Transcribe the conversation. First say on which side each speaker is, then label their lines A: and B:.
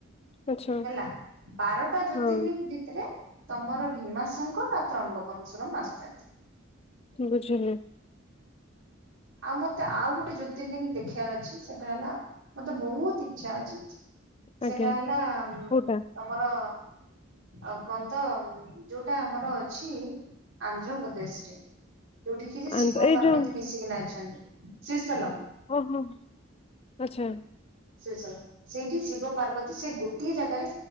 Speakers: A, on the left; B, on the right.
A: ଆଚ୍ଛା
B: ହେଲା ବାରଟା ଜ୍ୟୋତିର୍ଲିଙ୍ଗ
A: ହଁ
B: ଭିତରେ, ତମର ଭୀମାଶଙ୍କର ଆ ତ୍ରମ୍ବକେଶ୍ୱରମ୍ ଆସିଛନ୍ତି।
A: ବୁଝିଲି,
B: ଆଉ ମତେ, ଆଉ ଗୋଟେ ଜ୍ୟୋତିର୍ଲିଙ୍ଗ ଦେଖିବାର ଅଛି। ସେଟା ହେଲା ମତେ ବହୁତ ଇଚ୍ଛା ଅଛି ସେଟା
A: ଆଜ୍ଞା
B: ହେଲା ଉ
A: କୋଉଟା
B: ତମର, ଆ କନ ତ, ଯୋଉଟା ଆମର ଅଛି ଆନ୍ଧ୍ରପ୍ରଦେଶ ରେ। ଯୋଉଠି କି ଯେ ଶିବ
A: ଆନ୍ଦ- ଏଇ
B: ପାର୍ବତୀ
A: ଯୋଉ
B: ମିଶିକିନା ଅଛନ୍ତି। ଶ୍ରୀସଲମ୍
A: ଓଁ ହଁ ଆଛା
B: ଶ୍ରୀସଲମ। ସେଇଠି ଶିବ ପାର୍ବତୀ ସେ ଗୋଟିଏ ଜାଗାରେ,